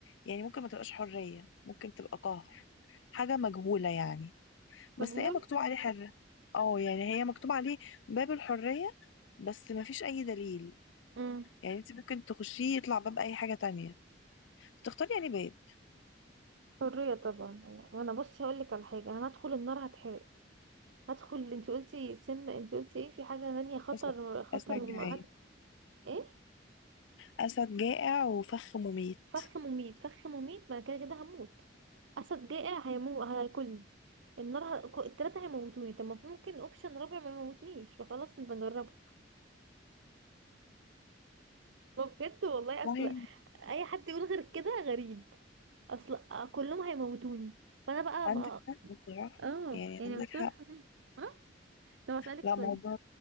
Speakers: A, on the left (about 80°); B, on the right (about 80°).
A: يعني ممكن ما تبقاش حرية ممكن تبقى قهر حاجة مجهولة يعني بس
B: مجهول
A: هي مكتوب عليه حرة اه يعني هي مكتوب عليه باب الحرية بس ما فيش أي دليل
B: امم
A: يعني انت ممكن تخشيه يطلع باب أي حاجة تانية تختاري يعني باب
B: حرية طبعا يعني وانا بصي هقول لك على حاجة انا هدخل النار هتحرق هدخل انت قلتي سم انت قلتي ايه في حاجة تانية خطر
A: أسد
B: خطر
A: أسد جعان
B: <laughs> م- هت... ايه
A: أسد جائع وفخ مميت
B: فخ مميت فخ مميت ما أنا كده كده هموت اسد جائع هيمو هياكلني النار ه... ك- التلاتة هيموتوني طب ما في ممكن اوبشن رابع ما يموتنيش فخلاص نجربه ما بجد والله
A: والله
B: اصل اي حد يقول غير كده غريب اصل كلهم هيموتوني فانا بقى
A: عندك
B: ما...
A: حق بصراحة
B: اه
A: يعني
B: يعني
A: عندك
B: اختار الحرية
A: حق
B: <laughs> اه طب اسالك
A: لا
B: سؤال
A: موضوع